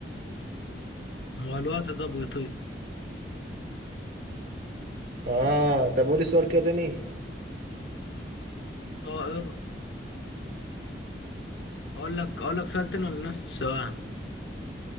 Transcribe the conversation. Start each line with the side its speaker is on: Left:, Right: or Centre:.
Left: هو الوقت ده بيطير
Right: اه طب قولي سؤال كده تاني
Left: طائر اقول لك اقول لك سؤال تاني ولا نفس السؤال